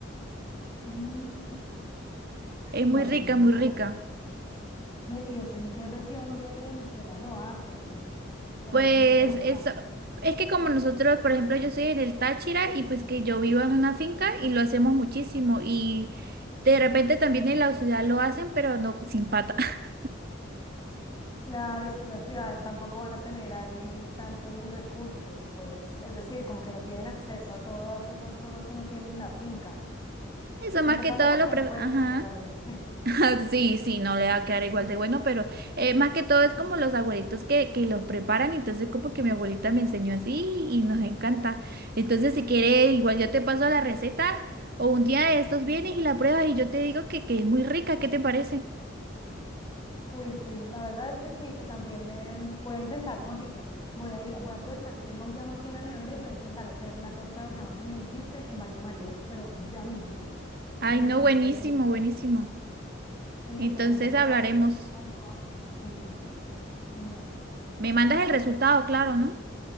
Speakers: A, on the left; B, on the right.
A: Mm,
B: Es
A: no,
B: muy
A: eso
B: rica,
A: no.
B: muy rica.
A: Ven, ¿Y eso en qué región de Venezuela lo hacen? ¿O
B: Pues
A: lo hacen en todas
B: eso,
A: partes?
B: es que como nosotros, por ejemplo, yo soy en el Táchira y pues que yo vivo en una finca y
A: Mm,
B: lo hacemos muchísimo y de repente también en la ciudad lo hacen, pero no sin pata. <laughs>
A: Claro, es que en la ciudad tampoco van a tener ahí tantos recursos, pues, es decir, como que no tienen acceso a todas esas cosas que uno tiene en la finca,
B: Eso
A: empezando
B: más que todo
A: porque
B: lo pre...
A: no pueden
B: Ajá.
A: cocinar a leña.
B: <laughs> Ah, Sí, sí,
A: <laughs>
B: no le va a quedar igual de bueno, pero eh, más que todo es como los abuelitos que, que los preparan, entonces como que mi abuelita me enseñó así y nos encanta. Entonces si quiere, igual yo te paso la receta o un día de estos vienes y la pruebas y yo te digo que, que es muy rica, ¿qué te parece?
A: Uy, sí, la verdad es que sí, y también me voy a intentar, mejor dicho, voy a, ir- voy a aprovechar que tengo auyama aquí en la nevera y voy a intentar hacer la torta de auyama que me dijiste en baño María, pero ya mismo.
B: Ay,
A: Pero
B: no,
A: entonces,
B: buenísimo, buenísimo.
A: des- sí,
B: Entonces
A: y te cuento cómo,
B: hablaremos.
A: cómo, cómo me va. Sí, sí, sí, genial.
B: Me mandas el resultado, claro, ¿no?